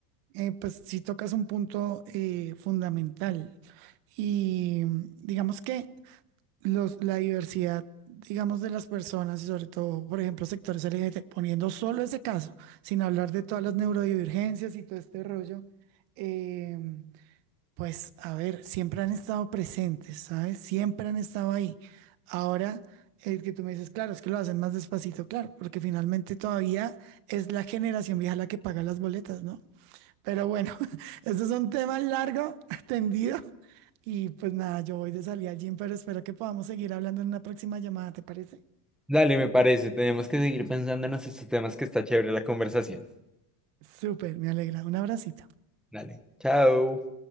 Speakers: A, on the right (about 60°); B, in the centre.
A: eh, pues sí tocas un punto eh, fundamental. Y mm, digamos que... los, la diversidad, digamos, de las personas y sobre todo, por ejemplo, sectores LGBT, poniendo solo ese caso, sin hablar de todas las neurodivergencias y todo este rollo, eh, pues a ver, siempre han estado presentes, ¿sabes? Siempre han estado ahí. Ahora, el que tú me dices, claro, es que lo hacen más despacito, claro, porque finalmente todavía es la generación vieja la que paga las boletas, ¿no? Pero bueno, <laughs> este es un tema largo, <laughs> tendido y pues nada, yo voy de salida al gym, pero espero que podamos seguir hablando en una próxima llamada, ¿te parece?
B: Dale, me parece, tenemos que seguir pensando en estos temas que está chévere la conversación.
A: Súper, me alegra. Un abracito.
B: Dale, chao.